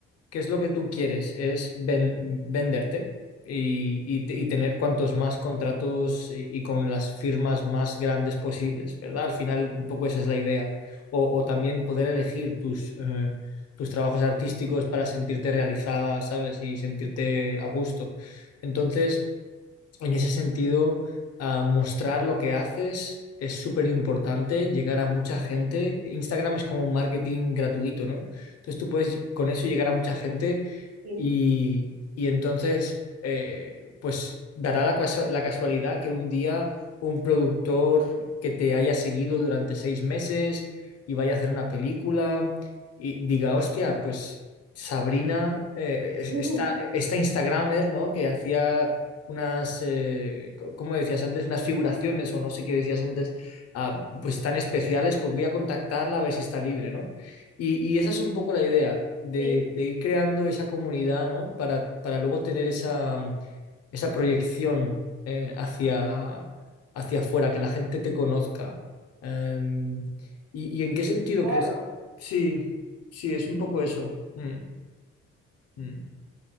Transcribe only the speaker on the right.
sí.
<laughs> Ujú.
Sí,
claro.